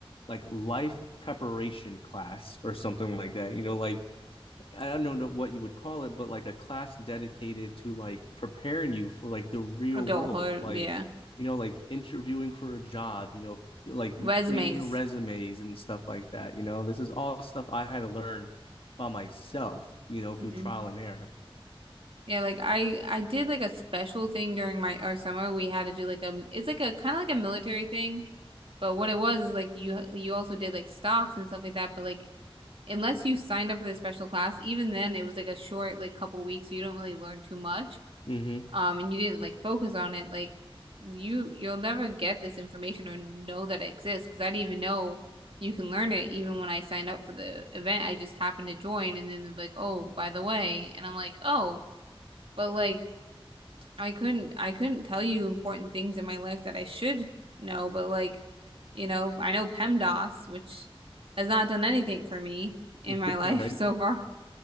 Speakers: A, on the left; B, on the right.
A: like life preparation class or something like that. You know, like I don't know what you would call it, but like a class dedicated to like preparing you for like the real
B: adulthood,
A: world of like,
B: yeah.
A: you know, like interviewing for a job, you know, like
B: Resumes.
A: creating resumes and stuff like that. You know, this is all stuff I had to learn by myself, you know, through
B: Mhm.
A: trial and error.
B: Yeah, like I I did like a special thing during my our summer. We had to do like a it's like a kind of like a military thing, but what it was is like you you also did like stocks and stuff like that. But like unless you signed up for the special class, even then it was like a short like couple weeks, so you don't really learn too much.
A: Mm-hmm.
B: Um, and you didn't like focus on it. Like you you'll never get this information or know that it exists because I didn't even know you can learn it even when I signed up for the event. I just happened to join and then they're like, oh, by the way, and I'm like, oh. But like I couldn't I couldn't tell you important things in my life that I should know, but like, you know, I know PEMDAS, which has not done anything for me in
A: <laughs>
B: my life
A: right.
B: <laughs> so far,